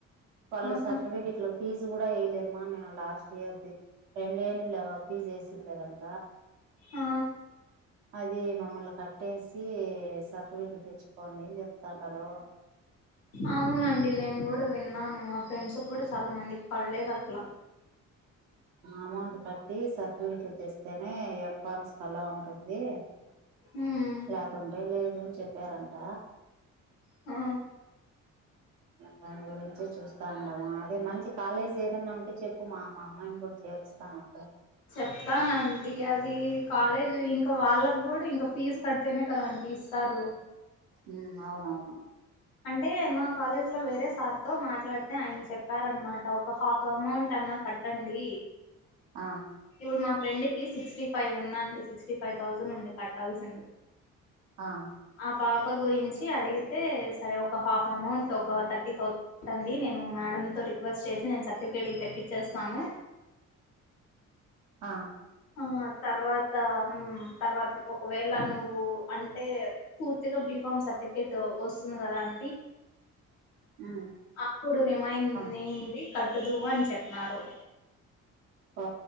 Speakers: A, on the right; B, on the left.
A: పళ్లు
B: ఆహా
A: సర్టిఫికెట్లు ఫీజు కూడా వేయలేదమ్మా నీ లాస్ట్ ఇయర్ ఫీ రెండేళ్ళ ఫీజ్ ఏసిండు కదా అమ్మ
B: ఆ
A: అది మమ్మల్ని కట్టేసి సర్టిఫీట్లు తెచ్చుకోండి చెప్తన్నారు
B: అవునండి నేను కూడ వి న్నాను మా ఫ్రెండ్స్ కూడా చాలా మంది పలేదు అట్లా
A: అమౌంట్ కట్టి సర్టిఫికెట్లు చేస్తేనే ఎం ఫామ్స్ కి ఆలోఉంటుంది
B: ఉమ్
A: లేకుంటే లేదు అని చెప్పారంట
B: ఆ
A: దాని గురించే చూస్తా ఉన్నాము అదే మంచి కాలేజ్ ఏదన్నా ఉంటే చెప్ప ప్పు మా అమ్మాయిని కూడా చేరుస్తాను అక్కడ
B: చెప్తానండి అది కాలేజ్ ఇంకా ఇంకా వాళ్ళకి కూడా ఇంకా ఫీజు కడితేనే కదా అంటీ ఇస్తారు
A: ఉ అవునవును
B: అంటే మా కాలేజ్ లో వేరే సార్ తో మాట్లాడితే ఆయన చెప్పారనమాట ఒక హాఫ్ అమౌంట్ అన్న మా కట్టండి
A: ఆ
B: ఇప్పుడు మాకు ఫ్రెండ్ కి సిక్స్టీ ఫైవ్ ఉందా అండి సిక్స్టీ ఫైవ్ థౌజండ్ ఉంది కట్టాల్సింది
A: ఆ
B: ఆ పాప గురించి అడిగితే సరే ఒక హాఫ్ అమౌంట్ ఒక థర్టీ థౌ సండ్ నేను మేడంతో రిక్వెస్ట్ చేసి నేను సర్టిఫికేట్లు తెప్పిచ్చేస్తాను
A: ఆ
B: ఆ తర్వాత మ్ తర్వాత ఒకవేళ నువ్వు అంటే పూర్తిగా బి కం సర్టిఫికెట్ వస్తుంది కదా అంటి
A: మ్మ్
B: అప్పుడు రిమైనింగ్
A: ఆ
B: ది కట్టుదు అని చెప్పనరు
A: ఓ